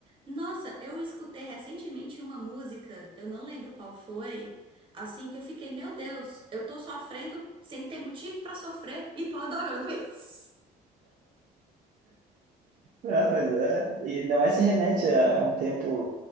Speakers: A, on the right; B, on the right.
A: Nossa, eu escutei recentemente uma música, eu não lembro qual foi, assim que eu fiquei, meu Deus, eu tô sofrendo sem ter motivo pra sofrer e tô adorando <laughs> isso.
B: Ah, mas é, e ainda mais se remete a um tempo